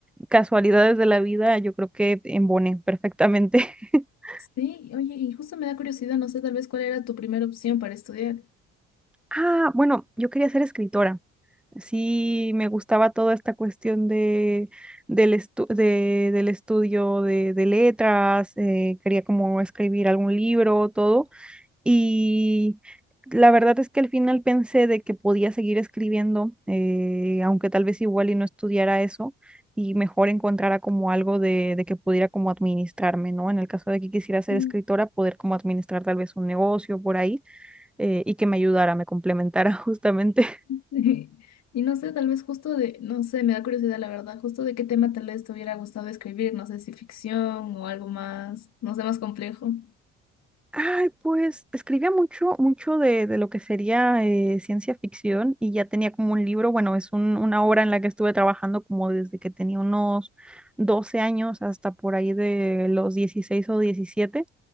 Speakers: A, in the centre; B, on the left.
A: casualidades de la vida, yo creo que emboné perfectamente. <laughs>
B: Sí, oye, y justo me da curiosidad, no sé tal vez cuál era tu primera opción para estudiar.
A: Ah, bueno, yo quería ser escritora. Sí, me gustaba toda esta cuestión de, del, estu- de- del estudio de, de letras, eh, quería como escribir algún libro, todo, Y la verdad es que al final pensé de que podía seguir escribiendo, eh, aunque tal vez igual y no estudiara eso, y mejor encontrara como algo de, de que pudiera como administrarme, ¿no? En el caso de que quisiera ser
B: Mm.
A: escritora, poder como administrar tal vez un negocio por ahí, eh, y que me ayudara, me complementara <laughs> justamente.
B: <laughs> Y no sé, tal vez justo de, no sé, me da curiosidad la verdad, justo de qué tema tal vez te hubiera gustado escribir, no sé si ficción o algo más, no sé, más complejo.
A: Ay, pues escribía mucho, mucho de, de lo que sería eh, ciencia ficción y ya tenía como un libro, bueno, es un- una obra en la que estuve trabajando como desde que tenía unos 12 años hasta por ahí de los 16 o 17.